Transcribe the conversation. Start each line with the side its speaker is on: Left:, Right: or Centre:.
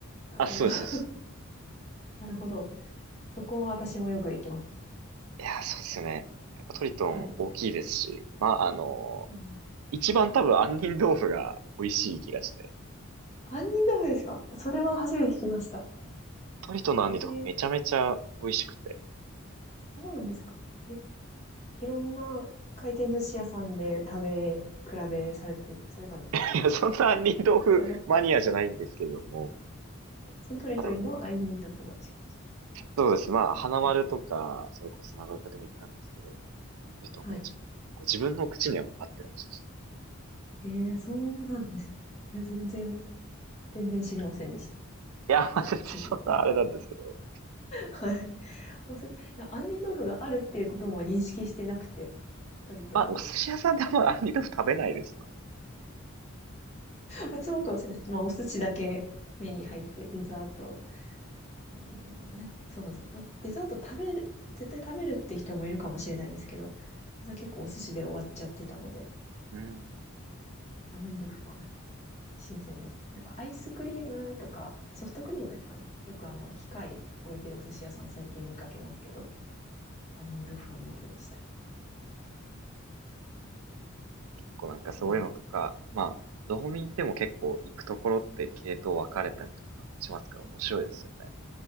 Left: あの、
Right: あ、そうです、
Left: <laughs>
Right: そうです。
Left: なるほど。そこは私もよく行きます。
Right: いやー、そうですよね。やっぱトリトン大きいですし、
Left: はい。
Right: まあ、あの
Left: うん。
Right: 一番多分杏仁豆腐が美味しい気がして、
Left: 杏仁豆腐ですかそれは初めて聞きました。
Right: トリトンの杏仁豆腐めちゃめちゃ美味しくて。
Left: ええあ、そうなんですか。え、いろんな回転寿司屋さんで食べ比べされて、されたんですか
Right: <laughs> いや、そんな杏仁豆腐マニアじゃないんですけれども、
Left: そんな、そのトリトリの杏仁豆腐の味かっ
Right: あのそうです。まあ、花丸とか、
Left: てことですか
Right: それこそ長岡でも行ったんですけど、トリトンが一番、
Left: はい。
Right: こう自分の口には合ってる味でした。
Left: ええそうなんです。いや、全然、全然知りませんでした。
Right: いや、まあ、
Left: ちょっと次。
Right: 全然そんなあれなんですけど。
Left: はい。お寿杏仁豆腐があるっていうことも認識してなくて、トリトンに。
Right: まあ、お寿司屋さんであんま杏仁豆腐食べないですよね。
Left: まあ、そうかもしれないです。まあ、お寿司だけ目に入って、デザート。うんなそうですね。まあ、デザート食べる、絶対食べるって人もいるかもしれないですけど、結構お寿司で終わっちゃってたので、
Right: うんうんうん
Left: 杏仁豆腐は新鮮です。なんかアイスクリームとか、ソフトクリームですかね。よくあの、機械置いてるお寿司屋さん最近見かけますけど、杏仁豆腐は盲点でした。
Right: 結構なんかそういうのとか、
Left: うん、
Right: まあ、道民でも結構行くところって系統分かれたりとかしますから面白いですよね。